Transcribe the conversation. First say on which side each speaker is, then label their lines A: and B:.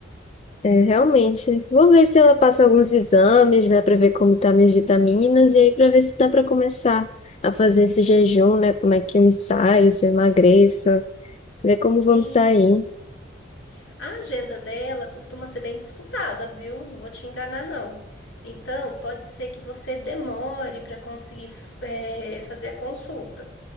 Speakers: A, on the left; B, on the left.
A: é, realmente. Vou ver se ela passa alguns exames, né, pra ver como tá minhas vitaminas e aí pra ver se dá pra começar a fazer esse jejum, né, como é que eu me saio, se eu emagreço, ver como vou
B: Isso.
A: me sair.
B: A agenda dela costuma ser bem disputada, viu? Não vou te enganar, não. Então, pode ser que você demore para conseguir f- eh, fazer a consulta.